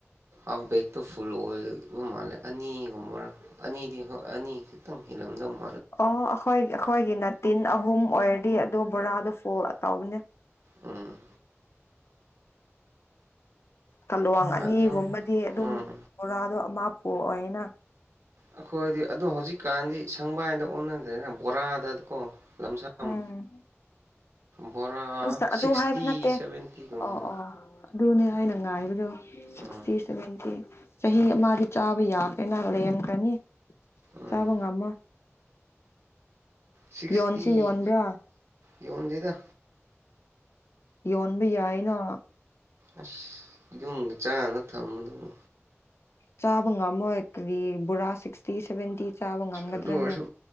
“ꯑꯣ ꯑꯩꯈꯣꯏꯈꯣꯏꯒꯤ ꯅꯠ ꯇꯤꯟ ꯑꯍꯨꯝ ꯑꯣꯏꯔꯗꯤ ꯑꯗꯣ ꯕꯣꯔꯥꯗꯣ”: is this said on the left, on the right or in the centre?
Left